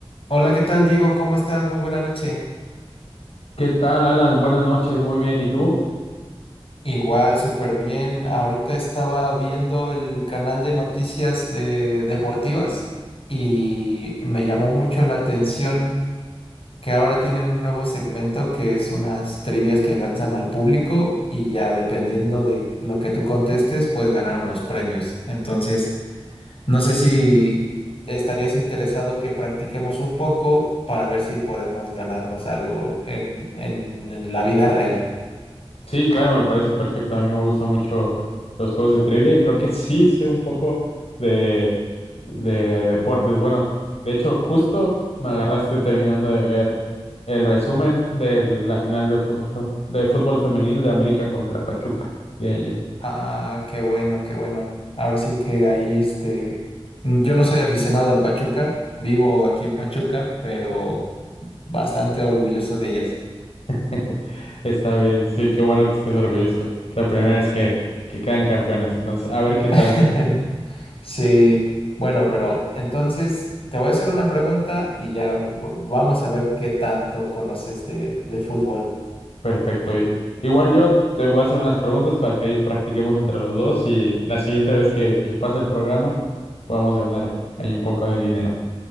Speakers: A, on the left; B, on the left.
A: Hola, ¿qué tal, Diego? ¿Cómo estás? Muy buena noche.
B: ¿Qué tal, Alan? Buenas noches, muy bien. ¿Y tú?
A: Igual, súper bien. Ahorita estaba viendo el canal de noticias de deportivas y me llamó mucho la atención que ahora tienen un nuevo segmento que es unas trivias que lanzan al público y ya dependiendo de lo que tú contestes, puedes ganar unos premios. Entonces, no sé si estarías interesado que practiquemos un poco para ver si podemos ganarnos algo en en la vida real.
B: Sí, claro, me parece perfecto. A mí me gustan mucho los juegos de trivia y creo que sí sé un poco de, de deportes. Bueno, de hecho, justo me agarraste terminando de ver el resumen de la final de fútbol, de fútbol femenil de América contra Pachuca de ayer.
A: Ah, qué bueno, qué bueno. Ahora sí que ahí este, yo no soy aficionado al Pachuca, vivo aquí en Pachuca, pero bastante orgulloso de ellas.
B: <laughs> Está bien, sí, qué bueno que estés orgulloso. La primera vez que, que quedan campeonas. Entonces, a ver qué
A: <laughs>
B: tal.
A: Sí, bueno, pero entonces te voy a hacer una pregunta y ya v- vamos a ver qué tanto conoces de, de fútbol.
B: Perfecto. y Igual yo te voy a hacer unas preguntas para que ahí practiquemos entre los dos y la siguiente vez que, que pase el programa podamos ganar ahí un poco de dinero.